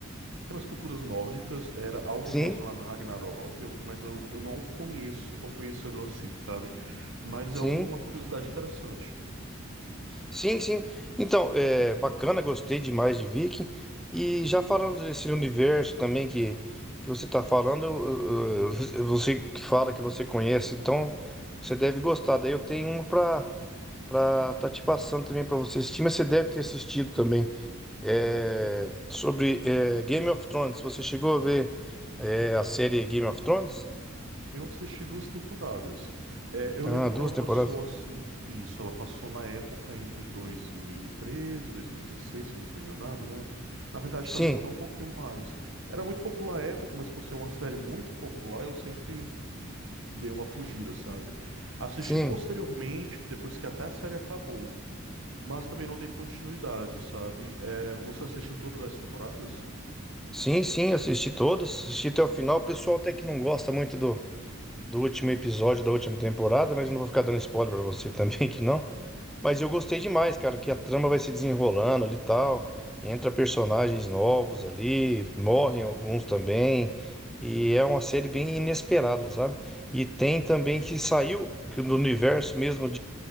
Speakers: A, on the right; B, in the centre.
A: Aquelas culturas nórdicas era algo
B: Sim,
A: relacionado a Ragnarok, eu- mas eu, eu não conheço, sou tão conhecedor assim, sabe? Mas
B: sim.
A: é uma curiosidade interessante.
B: Sim, sim. Então, é bacana, gostei demais de Viking. E já falando desse universo também que, que você está falando, eu- eu- você que fala que você conhece, então você deve gostar. Daí eu tenho um para para tá te passando também para você assistir, mas você deve ter assistido também. É, sobre é, Game of Thrones. Você chegou a ver é, a série Game of Thrones?
A: Eu assisti duas temporadas. É, eu
B: Ah,
A: lembro
B: duas
A: que ela
B: temporadas.
A: passou assim, isso, ela passou na época entre dois mil e 2016, se eu não estou enganado, né? Na verdade,
B: Sim,
A: talvez até um pouquinho mais. Era muito popular à época, mas por ser uma série muito popular, eu sempre dei uma fugida, sabe? Assisti
B: sim.
A: posteriormente, depois que até a série acabou. Mas também não dei continuidade, sabe? É, você assistiu todas as temporadas?
B: Sim, sim, assisti todos, assisti até o final. O pessoal até que não gosta muito do, do último episódio da última temporada, mas eu não vou ficar dando spoiler pra você também <laughs> que não. Mas eu gostei demais, cara, que a trama vai se desenrolando ali e tal. Entra personagens novos ali, morrem
A: Uhum,
B: alguns também. E
A: uhum,
B: é uma série bem inesperada, sabe? E tem
A: entendi.
B: também que saiu que do universo mesmo